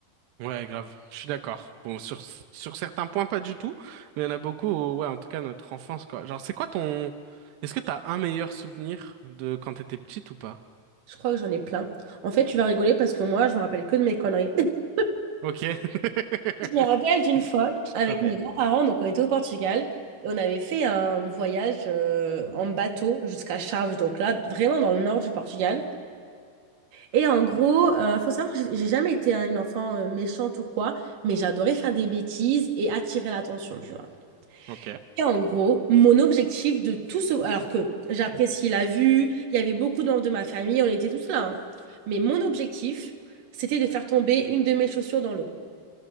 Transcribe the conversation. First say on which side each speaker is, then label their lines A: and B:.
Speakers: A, on the right; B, on the right.
A: Ouais grave, je suis d'accord. Bon sur sur certains points pas du tout, mais il y en a beaucoup où, ouais en tout cas notre enfance quoi. Genre c'est quoi ton est-ce que t'as un meilleur souvenir de quand t'étais petite ou pas?
B: Je crois que j'en ai plein. En fait, tu vas rigoler parce que moi, je me rappelle que de mes conneries. <laughs>
A: Ok. <laughs>
B: Je me rappelle d'une fois
A: Tu
B: avec
A: te rebelles.
B: mes grands-parents, donc on était au Portugal. et On avait fait un voyage euh, en bateau jusqu'à Chaves, donc là, vraiment dans le nord du Portugal. Et en gros, euh, faut savoir que j'ai j'ai jamais été hein, une enfant euh, méchante ou quoi, mais j'adorais faire des bêtises et attirer l'attention, tu vois.
A: Ok.
B: Et en gros, mon objectif de tout ce... Alors que j'apprécie la vue, il y avait beaucoup de membres de ma famille, on était tous là. hein. Mais mon objectif, c'était de faire tomber une de mes chaussures dans l'eau.